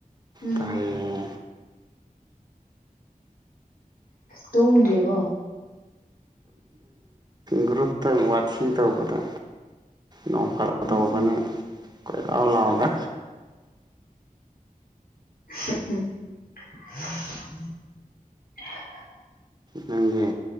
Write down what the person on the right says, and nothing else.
ꯇꯥꯢꯌꯦ
ꯒ꯭ꯔꯨꯞꯇ ꯋꯥꯊꯤ ꯇꯧꯕꯗ ꯅꯣꯡ ꯐꯔꯥ
ꯇꯧꯕꯧꯕꯅ
ꯀꯣꯏꯔꯥꯎ ꯂꯥꯎꯕ
ꯅꯪꯒꯗꯤ